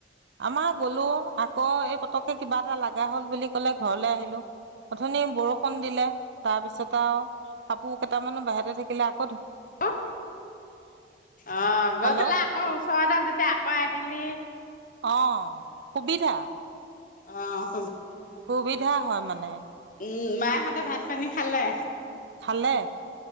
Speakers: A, on the right; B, on the left.
A: আমাৰ গ'লো আকৌ এই পতকে কিবা এটা লগা হল বুলি ক'লে ঘৰলৈ আহিলো অথনি বৰষুণ দিলে তাৰ পিছত আৰু কাপোৰ কেইটামানো বাহিৰতে থাকিলে আ।
B: অ অ গৈ
A: হেল্ল'
B: পেলাই আকৌ ওচৰতে যেতিয়া আকৌ আহিলি।
A: অ'হ। সুবিধা।
B: অহ।
A: সুবিধা হয় মানে।
B: উম মায়েহঁতে ভাত পানী খালে।
A: খালে।